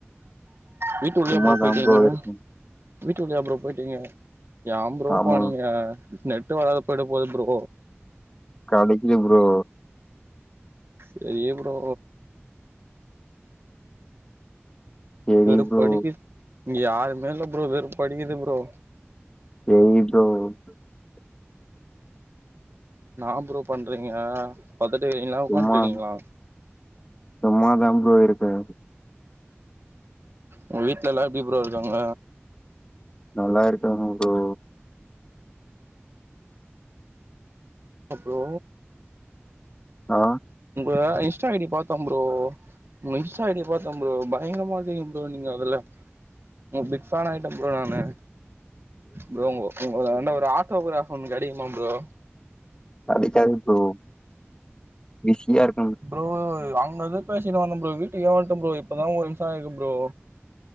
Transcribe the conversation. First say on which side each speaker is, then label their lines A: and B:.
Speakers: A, on the right; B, on the left.
A: வீட்டுக்குள்ளயா
B: சும்மாதா
A: ப்ரோ போய்ட்டிங்க
B: இருக்கே
A: வீட்டுக்குள்ளயா ப்ரோ போய்ட்டிங்க ஏம் ப்ரோ
B: ஆமா
A: போனிங்க நெட்டு வராது போய்ட போது ப்ரோ
B: கடைக்கு ப்ரோ
A: செரி ப்ரோ
B: சரி
A: வெறுப்படிக்குது
B: ப்ரோ
A: இங்க யாருமே இல்ல ப்ரோ வெறுப்படிக்கிது ப்ரோ
B: <unintelligible>
A: என்னா ப்ரோ பண்றிங்க படுத்துட்டுருக்கிங்ளா உக்கான்ட்டு
B: சும்மா
A: இருக்கிங்ளா
B: சும்மாதா ப்ரோ இருக்கே
A: உங்க வீட்ல எல்லா எப்டி ப்ரோ இருக்காங்க
B: நல்லா இருக்காங்க ப்ரோ
A: ப்ரோ
B: ஆ
A: உங்க இன்ஸ்டா ஐ டி பாத்தம் ப்ரோ உங்க இன்ஸ்டா ஐ டி ய பாத்தம் ப்ரோ பயங்கரமா வச்சிருக்கிங்க ப்ரோ நீங்க அதுல உங்க பிக் ஃபேன் ஆய்ட்டே ப்ரோ நானு ப்ரோ உங்க உங்களான்ட ஒரு ஆட் டோக்ராஃப் ஒண்ணு கெடைக்குமா ப்ரோ
B: கெடைக்காது ப்ரோ பிஸி யா இரு
A: ப்ரோ அங்கருந்து பேசிட்டு வந்தம் ப்ரோ வீட்டுக்கே வன்ட்டம் ப்ரோ இப்பதா மூனு நிமிஷ ஆயிருக்கு ப்ரோ